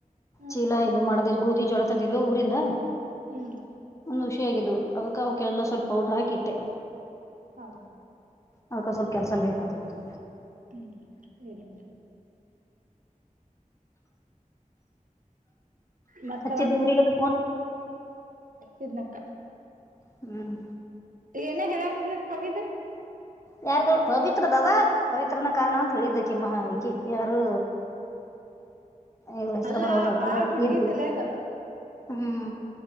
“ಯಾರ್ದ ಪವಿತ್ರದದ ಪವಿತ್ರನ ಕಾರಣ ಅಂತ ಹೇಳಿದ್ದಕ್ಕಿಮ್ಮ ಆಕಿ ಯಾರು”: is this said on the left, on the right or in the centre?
Left